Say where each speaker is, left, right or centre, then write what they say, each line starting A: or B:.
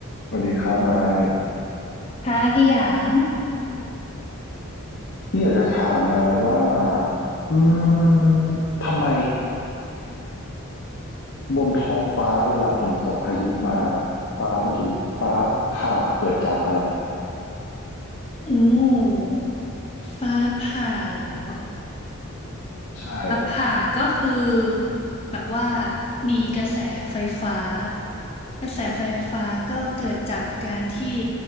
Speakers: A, on the left (about 55°); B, on the left (about 25°).
A: สวัสดีครับไมค์
B: ค่ะพี่หยาง
A: พี่อยากจะถามไมค์ว่าอืมทำไมบนท้องฟ้าเวลาฝนตกพายุมาฟ้ามันถึงฟ้าผ่าเกิดจากอะไร
B: อูมฟ้าผ่าเหรอ
A: ใช่
B: ฟ้าผ่าก็คือแบบว่ามีกระแสไฟฟ้ากระแสไฟฟ้าก็เกิดจากการที่